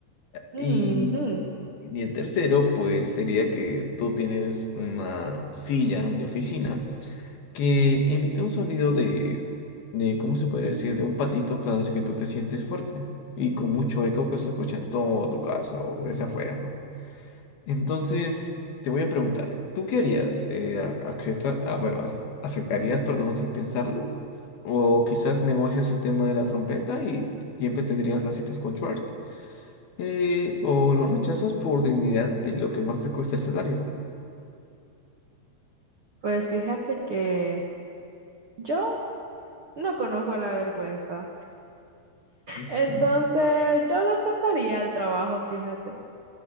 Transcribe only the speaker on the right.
Ujú.
Pues fíjate que yo no conozco la vergüenza.
Entonces, yo lo aceptaría el trabajo, fíjate.